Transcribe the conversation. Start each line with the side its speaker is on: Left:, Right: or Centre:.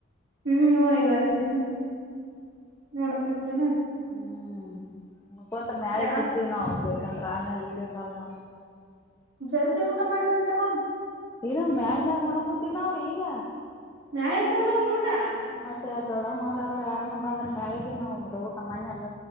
Right: ಹ್ಮ್ ಈಗ <inaudible> ನೋಡಾಕತ್ತೀರಿ
Left: ಹ್ಮ್ ಹಕಂತ ಮಳೆ
Right: ಯಾ
Left: ಕುಂತೀವಿ ನಾವು ಹ್ಬೇಕು ಯಾಕಂದ್ರ ಆಮೇಲೆ ವೀಡಿಯೋ ಕಾಲ್ ಮಾಡ
Right: ಜಲ್ದಿ ಊಟ ಮಾಡವರವ
Left: ಏನ ಮ್ಯಾಳ ಮ್ಯಾಗ ಉಣ ಕೂತಿವ್ ನಾವು ಈಗ.
Right: ನಾಳೆ ತಗೊಂಡೋಗ್ರಿ ಊಟ
Left: ಮತ್ತೆ ಅ ದೊಡ್ಡ ಮ ಅವ್ರರು ಯಾರನ್ನ ಬಂದ್ರ ಮ್ಯಾಳಗ ನ್ದ ಊಟ ಮನೆಯಲ್ಲ